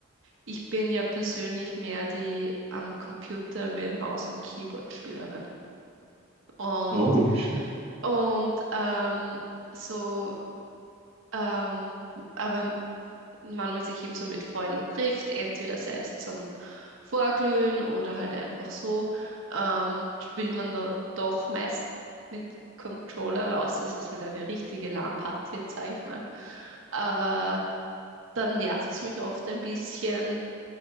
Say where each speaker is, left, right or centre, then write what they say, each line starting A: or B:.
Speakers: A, on the right (about 65°); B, on the right (about 25°).
A: Ich bin ja persönlich mehr die am Computer mit Maus und Keyboard Spielerin. Und,
B: Oh, nicht schlecht.
A: und ähm, so, ähm, aber wann man sich eben so mit Freunden trifft, entweder sei es zum Vorglühen oder halt einfach so, ähm, spielt man da doch meist mit Controllern, außer es ist halt eine richtige LAN-Party jetzt, sage ich mal. Aber dann nervt es mich oft ein bisschen,